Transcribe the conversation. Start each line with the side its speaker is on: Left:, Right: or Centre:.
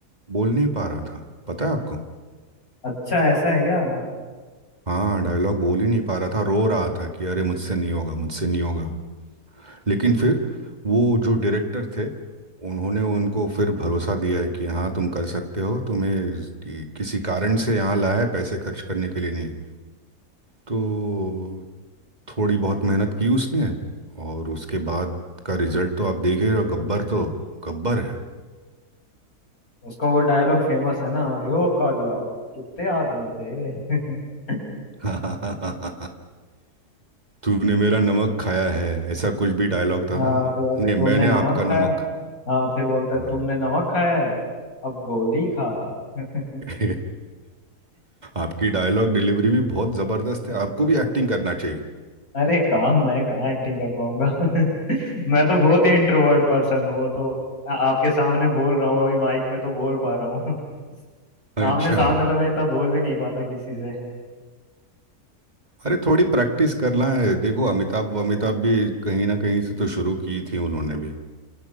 Right: बोल नहीं पा रहा था पता है आपको
Left: अच्छा ऐसा है क्या हम्म।
Right: हाँ डायलॉग बोल ही नहीं पा रहा था रो रहा था कि अरे मुझसे नहीं होगा मुझसे नहीं होगा लेकिन फिर वो जो डायरेक्टर थे उन्होंने उनको फिर भरोसा दिया है कि हाँ तुम कर सकते हो तुम्हें किसी कारण से यहाँ लाया है पैसे खर्च करने के लिए नहीं तो थोड़ी बहुत मेहनत की उसने और उसके बाद का रिजल्ट तो आप देख ही रहे हो गब्बर तो गब्बर है
Left: उसका वो डायलॉग फेमस है ना अरे ओ कालिया कितने आदमी थे <laughs>
Right: <laughs> तूने मेरा नमक खाया है ऐसा कुछ भी डायलॉग था
Left: हाँ
Right: ना
Left: फिर अब
Right: नहीं
Left: तुमने
Right: मैंने
Left: नमक
Right: आपका
Left: खाया
Right: नमक
Left: हाँ फिर बोलता है
Right: हाँ।
Left: तुमने नमक खाया है अब गोली खा <laughs>
Right: <laughs> आपकी डायलॉग डिलीवरी भी बहुत ज़बरदस्त
Left: हाँ,
Right: है आपको भी एक्टिंग करना चाहिए
Left: अरे काम मैं कहाँ एक्टिंग कर पाऊंगा <laughs> मैं तो बहुत ही इंट्रोवर्ट पर्सन हूँ वो तो आ- आपके सामने बोल रहा हूँ अभी माइक में तो बोल पा रहा हूँ <laughs>
Right: अच्छा
Left: आमने सामने तो मैं इतना बोल भी नहीं पाता किसी से
Right: अरे थोड़ी प्रैक्टिस करना है देखो अमिताभ अमिताभ भी कहीं ना कहीं से तो शुरू की थी उन्होंने भी